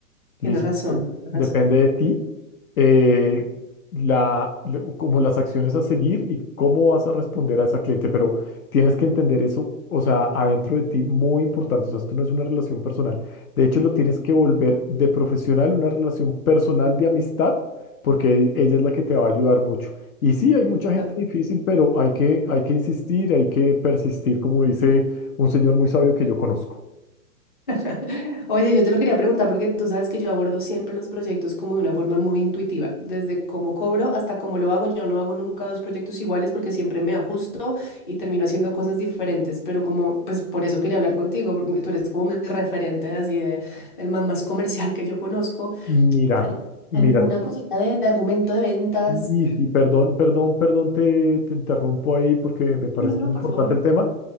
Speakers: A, on the left; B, on the left.
A: Listo.
B: tienes razón, tienes
A: Depende de ti eh, la, le- como las acciones a seguir y cómo vas a responder a esa cliente, pero tienes que entender eso, o sea, adentro de ti, muy importante, o sea, esto no es una relación personal, de hecho lo tienes que volver de profesional una relación personal de amistad, porque e- ella es la que te va a ayudar mucho. Y sí, hay mucha gente
B: razón.
A: difícil, pero hay que, hay que insistir, hay que persistir, como dice un señor muy sabio que yo conozco.
B: <laughs> Oye, yo te lo quería preguntar porque tú sabes que yo abordo siempre los proyectos como de una forma muy intuitiva, desde cómo cobro hasta cómo lo hago. Yo no hago nunca dos proyectos iguales porque siempre me ajusto y termino haciendo cosas diferentes, pero como, pues por eso quería hablar contigo, porque tú eres como mi referente así de, del man más comercial que yo conozco.
A: Mira,
B: Al-
A: mira.
B: ¿Alguna cosita de, de argumento de ventas?
A: Sí, sí, perdón, perdón, perdón, te, te interrumpo ahí porque me parece
B: No, no, no,
A: muy
B: por
A: importante
B: favor.
A: el tema.